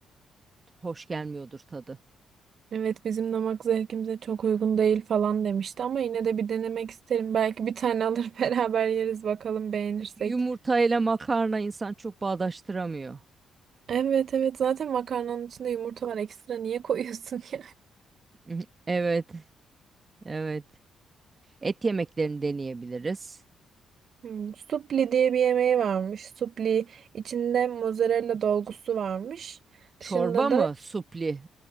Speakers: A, on the right (about 30°); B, on the right (about 55°).
A: hoş gelmiyordur tadı.
B: Evet bizim damak zevkimize çok uygun değil falan demişti ama yine de bir denemek isterim. Belki bir tane alır <laughs> beraber yeriz bakalım beğenirsek.
A: Yumurtayla makarna insan çok bağdaştıramıyor.
B: Evet evet zaten makarnanın içinde yumurta var ekstra niye koyuyorsun <laughs> yani?
A: Mhm. Evet, evet. Et yemeklerini deneyebiliriz.
B: Hmm, supli diye bir yemeği varmış. Supli içinde mozzarella
A: Ç-
B: dolgusu varmış.
A: Çorba
B: Dışında
A: mı?
B: da
A: Supli.